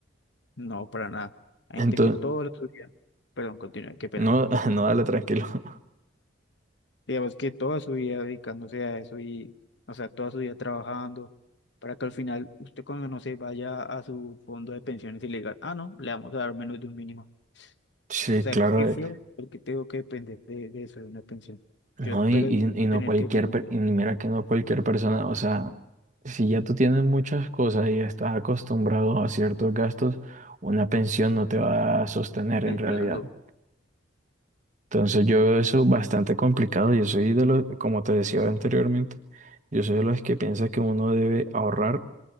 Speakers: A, on the left; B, on the right.
A: no, para nada. Hay
B: Entonces,
A: gente que toda la su vida, perdón, continúe, qué pena.
B: no, <laughs>
A: Sí.
B: no, dale tranquilo. <laughs>
A: Digamos que toda su vida dedicándose a eso y, o sea, toda su vida trabajando, para que al final usted cuando no se vaya a su fondo de pensiones y le digan, ah, no, le vamos a dar menos de un mínimo.
B: Sí,
A: O sea,
B: claro,
A: qué feo,
B: eh,
A: porque tengo que depender de, de eso, de una pensión.
B: no,
A: Yo espero
B: y, y- y no
A: tener
B: cualquier,
A: que depender
B: per-
A: de eso.
B: y mira que no cualquier persona, o sea, si ya tú tienes muchas cosas y estás acostumbrado a ciertos gastos, una pensión no te va a sostener
A: Sí,
B: en realidad.
A: claro.
B: Entonces yo veo eso bastante complicado. Yo soy de los, como te decía anteriormente, yo soy de los que piensa que uno debe ahorrar,